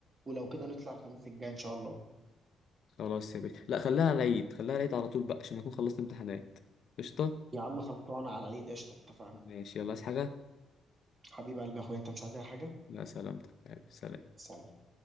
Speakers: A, on the right; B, on the left.
A: ولو كده نطلع الخميس الجاي ان شاء الله
B: خلاص يا باشا لا خليها العيد خليها العيد على طول بقى عشان اكون خلصت امتحانات قشطه
A: يا عم خلصانه على العيد قشطه اتفقنا
B: ماشي يلا عايز حاجه
A: حبيب قلبي يا اخويا انت مش عايز اي حاجه
B: لا سلامتك يلا، سلام
A: سلام